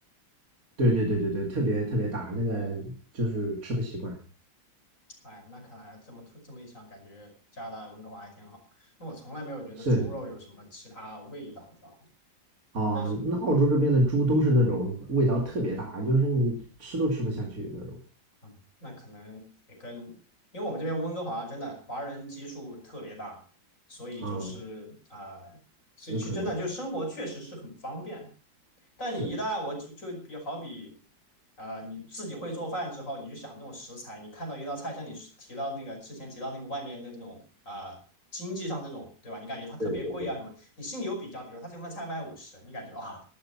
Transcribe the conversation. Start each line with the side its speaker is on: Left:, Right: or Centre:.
Right: 对对对对对，特别特别大，那个就是吃不习惯。
Left: 哦哎，那看来这么突这么一想，感觉加拿大温哥华还挺好，因为我从来没有觉得猪肉有什么其他味道，
Right: 是是
Left: 你知道吗？
Right: 哦，
Left: 但是。
Right: 那澳洲这边的猪都是那种味道特别大，就是你吃都吃不下去那种。
Left: 啊，那可能也跟，因为我们这边温哥华真的华人基数特别大，所以就是啊、
Right: 啊、
Left: 所以去真的就生活确实是很方便。
Right: 有可能
Left: 但你一旦我就就比好比
Right: 是，
Left: 啊、你自己会做饭之后，你就想这种食材，你看到一道菜，像你提到那个之前提到那个外面的那种啊、经济上这种对吧？你感觉它特别贵啊什么，
Right: 对对对。
Left: 你心里有比较，比如他这份菜卖五十，你感觉啊、